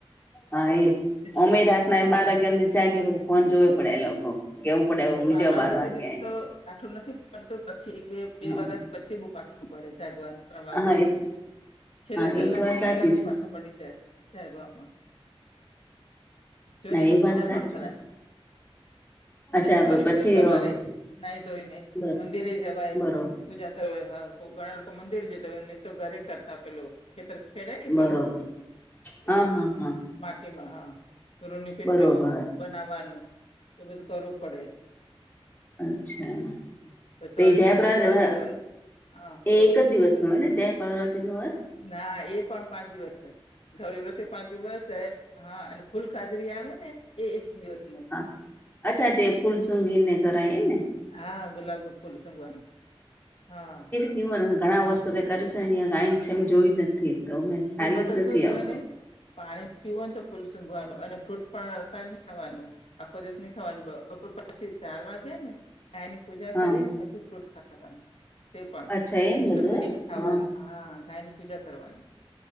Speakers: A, on the left (about 20°); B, on the left (about 85°).
A: હા એજ
B: એટલે
A: ઓમે રાતના બાર
B: હા
A: વાગ્યા હુંધી જાગી ફોન જોવે પડયા એ લોકો કેવું પડે હુઈ
B: બાર
A: જાવ
B: વાગ્યા
A: વાગે
B: સુધી તો કાઠું નથી પડતું પછી એક બે
A: હા
B: બે વાગ્યા પછી બુ કાટું પડે જાગવાનું ત્રણ
A: હા
B: વાગ્યા થી
A: એ
B: છેલ્લા
A: હા
B: કલાક
A: એ તો વાત
B: બે
A: સાચી
B: કલાક બુ
A: છે
B: કાઠા પ પડી જાય જાગવામાં જોને
A: ના
B: એને
A: એ
B: પૂજા
A: વાત સાચી
B: પણ કરાય પૂજા
A: અચ્છા
B: કરવી
A: પછી
B: પડે સવારે નાઈ ધોઈને
A: બર
B: મંદિરે જવાય
A: બરો
B: પૂજા કરવા હા કો ઘણા લોકો મંદિર જતા હોય નહી તો ઘરે કરતા પેલો ખેતર ખેડે ને
A: બરોબર
B: પેલો
A: હા
B: એ
A: હા હા
B: માટીમાં હા રૂની પેલું
A: બરોબર
B: બનાવવાનું એ બધું કરું પડે
A: અચ્છા
B: પછી
A: તે
B: સવારે
A: જયા
B: ચા જ પીવાની હોય
A: <unintelligible>
B: હા
A: એ
B: બોલો
A: એક જ દિવસનું હોય ને જય પારવતીનું વ્રત
B: ના એ પણ પાંચ દિવસ ગૌરી વ્રત પાંચ દિવસ જયા હા અને ફૂલ કાજરી આવે ને એ એક દિવસ
A: હા અચ્છા જે ફૂલ સુનગીને કરાય એને
B: હા ગુલાબનું ફૂલ સૂંઘવાનું હા
A: એ ઘણા વર્ષો કરે છે <unintelligible> જોયું જ નથી તો મેં ખ્યાલ
B: એમાં
A: જ
B: તો શું
A: નથી
B: જોય
A: આવતો
B: ને પાણી પીવું ને તો ફૂલ સુંઘવાનું અને ફ્રૂટ પણ અતાર નહી ખાવાનું આખો દિવસ ની ખાવાનું બપોર પછી ચાર વાગે ને ગયાની પૂજા
A: હા
B: કરીને પછી ફ્રૂટ ખાવાનું તે પણ
A: અચ્છા એમ
B: બીજું
A: બધું
B: કશું નહી
A: એ
B: ખાવાનું
A: હા
B: હા ગાયની પૂજા કરવાની